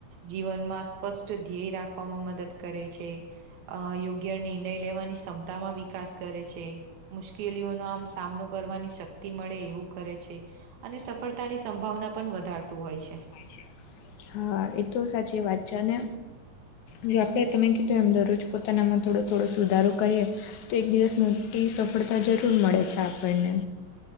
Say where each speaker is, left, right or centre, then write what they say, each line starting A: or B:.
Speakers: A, on the right (about 90°); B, on the left (about 65°).
A: જીવનમાં સ્પષ્ટ ધ્યેય રાખવામાં મદદ કરે છે અ યો ગ્ય નિર્ણય લેવાની ક્ષમતામાં વિકાસ કરે છે મુશ્કેલીઓનો આમ સામનો કરવાની શક ક્તિ મળે એવું કરે છે અને સફળતાની સંભાવના પન વધારતું હોય છે.
B: છે હા એતો સાચી વાત છે અને જો આપડે તમે કીધું એમ દરરોજ પોતાના મ થોડો થોડો સુધારો કરીએ તો એક દિવસ મોટી સફળતા જરૂર મળે છે આપણને.